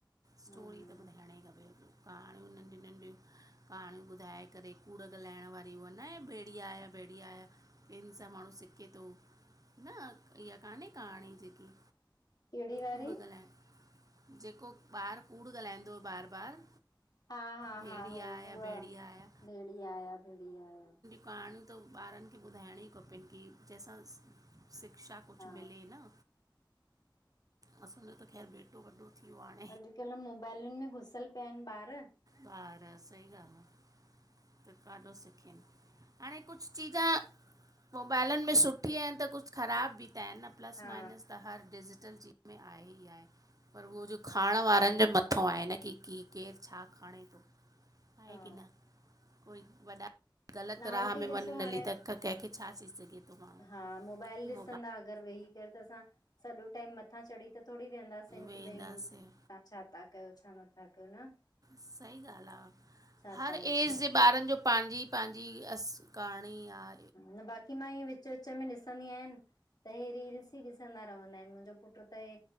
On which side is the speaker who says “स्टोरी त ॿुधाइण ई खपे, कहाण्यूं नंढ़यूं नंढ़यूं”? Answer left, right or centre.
Right